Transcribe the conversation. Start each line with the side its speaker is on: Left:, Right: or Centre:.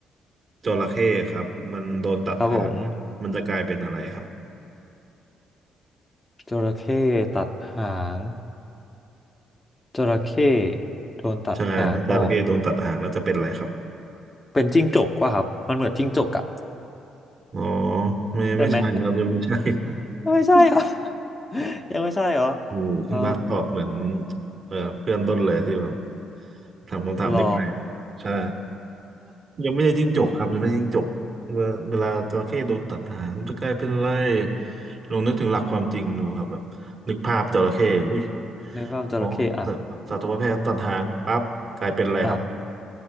Right: จระเข้ครับมันโดนตัดหางอะมันจะกลายเป็นอะไรครับ
Left: ครับผมจระเข้ตัดหางจระเข้โดนตัดหางออก
Right: ใช่ถ้าจระเข้โดนตัดหางแล้วจะเป็นอะไรครับ
Left: เป็นจิ้งจกว่ะครับมันเหมือนจิ้งจกอะ
Right: อ๋อไม่ไม่ใช่ครับยังไม่ใช่
Left: ใช่ไหม <laughs> ไม่ใช่เหรอ
Right: <laughs>
Left: <laughs> ยังไม่ใช่เหรอ
Right: โอ้โหคุณบาสตอบเหมือน
Left: เอ่อ
Right: เอ่อเพื่อนต้นเลยที่แบบถามคำถามนี้ไป
Left: หรอ
Right: ใช่ ยังไม่ได้จิ้งจกครับยังไม่ได้จิ้งจกเวลาเวลาจระเข้โดนตัดหางมัก็กลายเป็นไรลองนึกถึงหลักความจริงดูครับแบบนึกภาพจระเข้อุ้ย
Left: ในภาพจระเข้อะ
Right: หมอสัสัตวแพทย์ตัดหางปั๊บกลายเป็นอะไรครับ
Left: อ่ะ